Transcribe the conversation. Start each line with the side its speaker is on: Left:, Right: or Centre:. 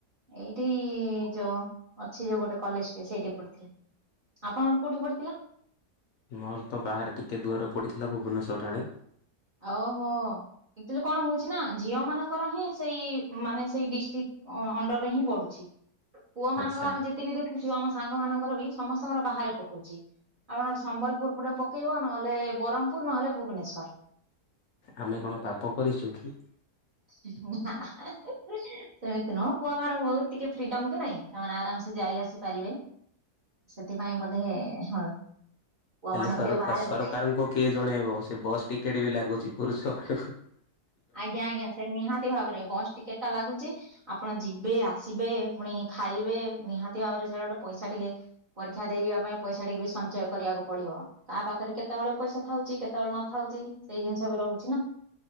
Right: ଏଇଠି-ଇଁ ଯୋଉଁ ଅଛି ଯୋଉ ଗୋଟେ କଲେଜ ଟେ, ସେଇଠି ପଡିଥିଲା। ଆପଣଙ୍କର କୋଉଠି ପଡିଥିଲା?
Left: ମୋର ତ ବାହାରେ ଟିକେ ଦୂରରେ ପଡ଼ିଥିଲା। ଭୁବନେଶ୍ୱର ଆଡ଼େ।
Right: ଆଓହୋ! ଏକ୍ଚୁଲି କଣ ହଉଛି ନା, ଝିଅ ମାନଙ୍କର ହିଁ ସେଇ-ଇ ମାନେ, ସେଇ ଡିଷ୍ଟ୍ରିକ୍ ଅଣ୍ଡରରେ ହିଁ ପଡୁଛି। ପୁଅ
Left: ଆଚ୍ଛା
Right: ମାନଙ୍କର ଆମେ ଯେତିକି ଦେଖୁଛୁ, ଆମ ସାଙ୍ଗ ମାନଙ୍କର ବି ସମସ୍ତଙ୍କର ବାହାରେ ପକଉଛି। ଆପଣ ସମ୍ବଲପୁର ପଟେ ପକେଇବ, ନହେଲେ ବରହମ୍ପୁର, ନହେଲେ ଭୁବନେଶ୍ଵର।
Left: ଆମେ କଣ ପାପ କରିଛୁ କି?
Right: <inaudible> ସେମିତି ନୁହଁ। ପୁଅ ମାନଙ୍କୁ ବହୁତ ଟିକେ ଫ୍ରିଡମ୍ କି ନାଇଁ, ସେମାନେ ଆରାମ ସେ ଯାଇ ଆସି ପାରିବେ। ସେଥିପାଇଁ ବୋଧେ ହଁ। ପୁଅ
Left: ହେଲେ
Right: ମାନଙ୍କୁ
Left: ସର
Right: ଟିକେ ବାହାରେ
Left: ସରକାରଙ୍କୁ
Right: ପକାଇ
Left: କିଏ ଜଣେଇବ? ସେ ବସ୍ ଟିକେଟ୍ ବି ଲାଗୁଛି ପୁରୁଷ ମାନଙ୍କୁ।
Right: ଆଜ୍ଞା ଆଜ୍ଞା, ସେ ନିହାତି ଭାବରେ ବସ୍ ଟିକେଟ ଟା ଲାଗୁଛି। ଆପ୍ ଆପଣ ଯିବେ, ଆସିବେ, ପୁଣି ଖାଇବେ, ନିହାତି ଭାବରେ ସେଇଟା ଗୋଟେ, ପଇସା ଟିକେ ପରୀକ୍ଷା ଦେଇଯିବା ପାଇଁ ପଇସା ଟିକେ ବି ସଞ୍ଚୟ କରିବାକୁ ପଡିବ। କାହା ପାଖରେ କେତେବେଳେ ପଇସା ଥାଉଛି କେତେବେଳେ ନଥାଉଛି। ସେଇ ଜିନିଷ ସବୁ ରହୁଛି ନା।